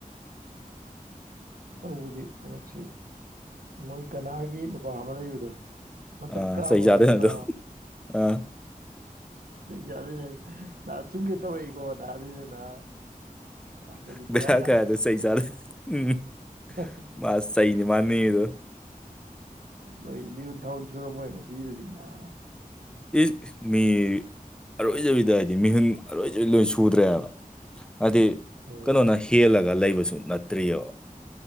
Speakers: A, on the right (about 75°); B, in the centre.
A: ꯇꯧꯕꯗꯤ ꯍꯟꯗꯛꯁꯤ ꯃꯣꯏ ꯒꯅꯥꯒꯤ ꯅꯨꯄꯥ ꯑꯃ ꯂꯩꯕꯗꯣ ꯃꯟꯇꯔ
B: ꯑꯥ
A: ꯀꯥꯝꯕ
B: ꯆꯩ
A: ꯑꯃ
B: ꯆꯥꯗꯣꯏꯅꯦ
A: ꯂꯩꯇ꯭ꯔꯣ
B: ꯑꯗꯣ ꯑꯥ
A: ꯆꯥꯗꯣꯏꯅꯦ ꯅꯍꯥ ꯆꯨꯝꯒꯦ ꯇꯧꯔꯛꯏꯀꯣ ꯅꯍꯥ ꯑꯗꯨꯏꯗꯨꯅ ꯑꯁ ꯑꯗꯨ
B: ꯂ
A: ꯕꯦꯔꯥ
B: ꯀꯌꯥꯗ ꯁꯩ ꯆꯂ ꯎꯝ
A: ꯍ
B: ꯃꯥ ꯆꯩꯅꯤ ꯃꯥꯅ ꯅꯤꯔꯤꯗꯣ
A: ꯅꯣꯏ ꯃꯤꯍꯨꯟ ꯊꯥꯍꯨꯟ ꯁꯨꯔꯝꯃꯣꯏ ꯃꯁꯤꯒꯤꯗꯨꯗꯤ ꯅꯥꯕ
B: ꯏꯁ ꯃꯤ ꯑꯔꯣꯏꯖꯕꯤꯗ ꯍꯥꯏꯗꯤ ꯃꯤꯍꯨꯟ ꯑꯔꯣꯏꯖꯕꯤꯗ ꯂꯣꯏ ꯁꯨꯗ꯭ꯔꯦꯕ ꯍꯥꯏꯗꯤ
A: ꯍꯣꯏ
B: ꯀꯩꯅꯣꯅ ꯍꯦꯜꯂꯒ ꯂꯩꯕꯁꯨ ꯅꯠꯇ꯭ꯔꯤꯑꯕ